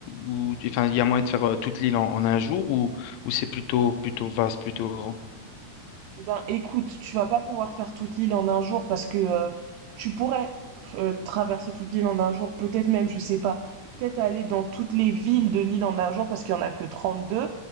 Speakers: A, on the left; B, on the right.
A: ou, enfin, il y a moyen de faire euh, toute l'île en, en un jour ou, ou c'est plutôt, plutôt vaste, plutôt grand?
B: Eh ben, écoute, tu vas pas pouvoir faire toute l'île en un jour parce que euh, tu pourrais euh, traverser toute l'île en un jour, peut-être même, je sais pas, peut-être aller dans toutes les villes de l'île en un jour parce qu'il y en a que 32,